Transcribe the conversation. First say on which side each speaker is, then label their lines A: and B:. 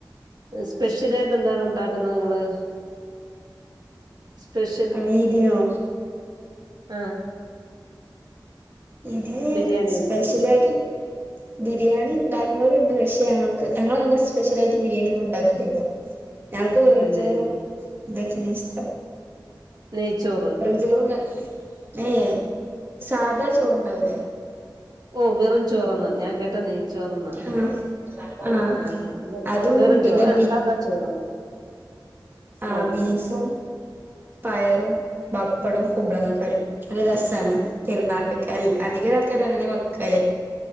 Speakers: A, on the right (about 60°); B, on the right (about 30°).
A: സ്പെഷ്യല് ആയിട്ട് എന്താണ് ഉണ്ടാക്കുന്നത് നിങ്ങള് സ്പെഷ്യൽ
B: അവ ഇതിനോ
A: ആഹ്
B: ഇത്
A: ബിരിയാണി
B: സ്പെഷ്യൽ
A: തന്നെ
B: ആയിട്ട് ബിരിയാണി ഉണ്ടാക്കുന്നവരുണ്ട് പക്ഷെ ഞങ്ങൾക്ക് ഞങ്ങള് സ്പെഷ്യലായിട്ട് ബിരിയാണി ഒന്നും ഉണ്ടാക്കലില്ല
A: <unintelligible>
B: ഞങ്ങൾക്ക് വെറും
A: ഇല്ലേ
B: ചോറും ഇതൊക്കെയാണ് ഇഷ്ടം
A: നെയ്ച്ചോറ്
B: ചോറ ഏഹ് സാധാ ചോറ്ണ്ടാവൂലേ
A: ഓഹ് വെറും ചോറ്ന്ന് ഞാ ഞാൻ കേട്ടാ നെയ്ചോറ്ന്നാ
B: ആ ആ
A: ആഹ
B: അതും
A: വെറുംചോറ്
B: പിന്നെ
A: ആഹ സാദാ ചോറ്
B: ആഹ്
A: ഓ
B: ബീഫും പയറും പപ്പടവും കുമ്പളങ്ങ കറി ഒരു രസാണ് പെരുന്നാക്കൊക്കെ അധികം ആൾക്കാരൊക്കെ അങ്ങനെ വെക്കല്